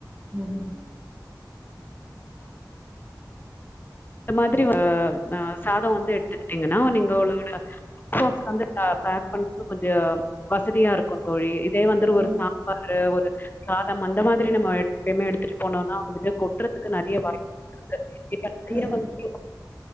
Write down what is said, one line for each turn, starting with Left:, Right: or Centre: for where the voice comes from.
Right: ம்
Left: இந்த மாதிரி ஒரு ஆ சாதம் வந்து எடுத்துக்கிட்டீங்கனா நீங்களோட ஃபோக் அந்த பேக் பண்றது கொஞ்சோ வசதியா இருக்கு தோழி இதே வந்துட்டு
Right: ம்
Left: ஒரு சாம் பாரு ஒரு சாதம் அந்த மாதிரி நம்ம எடு எப்புமே எடுத்துட்டு போனோனா வந்துட்டு கொட்டுறதுக்கு நறைய வாய்ப்பு இருக்கு இப்ப நெறைய
Right: ம்
Left: வந்து